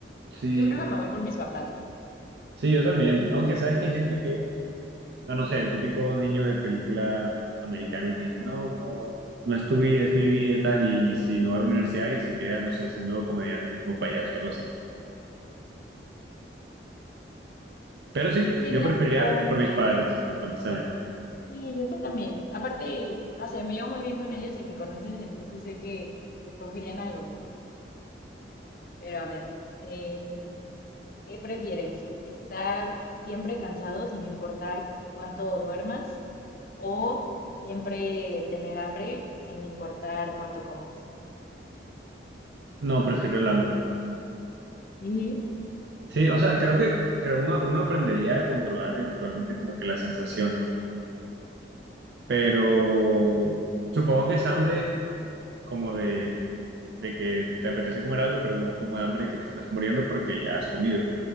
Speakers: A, on the right (about 65°); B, on the left (about 55°).
A: Sí,
B: yo creo que me voy por mis papás.
A: Sí, yo también. Aunque sabes que hay gente que, no, no sé, el típico niño de película americana que dice, no, no, no es tu vida, es mi vida y tal, y, y si no va a la universidad y se queda, no sé, siendo comediante o payaso o algo así. Pero sí,
B: Sí,
A: yo
B: no,
A: preferiría
B: pero
A: por mis padres, honestamente.
B: sí, yo también. Aparte, no sé, me llevo muy bien con ellos y me conocen, entonces sé que escogerían algo bien. Pero a ver, eh, ¿qué prefieres? ¿Estar siempre cansado sin importar cuánto duermas o siempre tener hambre sin importar cuánto comas?
A: No, prefiero
B: Mm,
A: el hambre.
B: Sí,
A: Sí, o sea, creo que creo uno, uno aprendería a controlar eventualmente como que la sensación, pero supongo que es hambre como de, de que te apetece comer algo, pero no como hambre que te estás muriendo porque ya has comido.